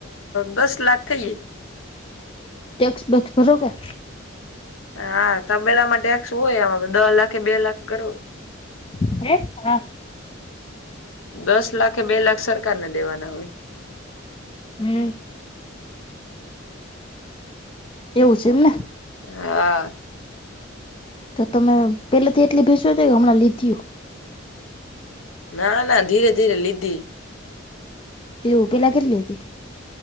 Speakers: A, on the left; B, on the left.
A: દસ લાખ થઈ.
B: ટેક્સ બેક્સ ભરો કે
A: હા હા, તબેલામાં ટેક્સ હોય એમાં દહ લાખે બે લાખ <unintelligible>
B: <inaudible>
A: દસ લાખે બે લાખ સરકારને દેવાના હોય.
B: હમ્મ. એવું છે એમને?
A: હા.
B: તમે, પેલેથી એટલી ભેંસુ હતી કે, હમણાં લીધ્યુ?
A: ના ના, ધીરે ધીરે લીધી.
B: એવું, પેલા કેટલી હતી?